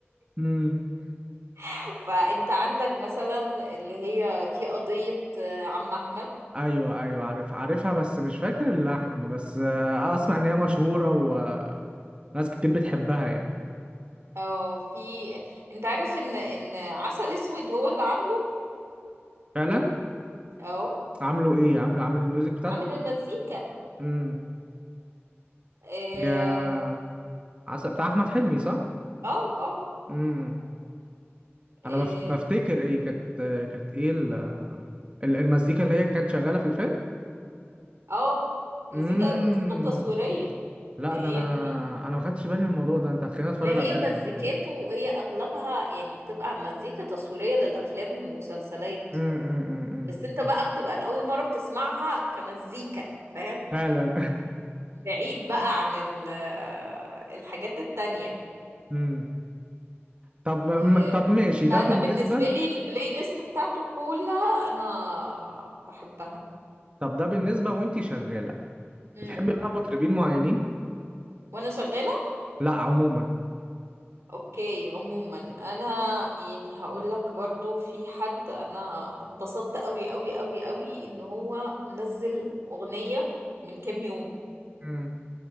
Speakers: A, on the right; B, on the right.
A: <laughs>
B: <laughs> فانت عندك مثلا اللي هي في قضيه آه، عم احمد
A: ايوه ايوه عارف عارفها بس مش فاكر اللحن بس آه، اسمع
B: مم.
A: ان هي مشهوره وناس كتير بتحبها يعني
B: اه في انت عارف ان ان عسل اسود هو اللي عامله
A: فعلا
B: اه
A: عامله ايه عامله عامل الميوزك بتاعته
B: عامل المزيكا
A: امم
B: اه
A: يا عسل بتاع احمد حلمي صح
B: اه اه
A: امم
B: آه.
A: انا بف... بفتكر ايه كانت آه، كانت ايه ال... ال- المزيكا اللي هي كانت شغاله في الفيلم
B: اه مزيكا
A: امم
B: الموسيقى التصويرية
A: لا
B: هي
A: ده انا
B: دي
A: انا ما خدتش بالي من الموضوع ده انت هتخليني اتفرج
B: ما هي
A: على الفيلم
B: مزيكاته هي اغلبها يعني بتبقى مزيكا تصويرية للافلام والمسلسلات
A: امم
B: بس انت بقى بتبقى الاول مرة بتسمعها كمزيكا فاهم
A: فعلا
B: بعيد بقى عن ال- الحاجات التانية
A: <laughs> امم طب م-
B: آه،
A: طب ماشي ده
B: فانا
A: بالنسبه
B: بالنسبة لي البلاي ليست بتاعته كلها انا بحبها
A: طب ده بالنسبة وانتي شغالة
B: امم
A: بتحبي بقى مطربين معينين؟
B: وانا شغالة
A: لا عموما
B: اوكي عموما انا يعني هقول لك برضو في حد انا اتبسطت قوي قوي قوي قوي ان هو نزل اغنية من كام يوم
A: مم.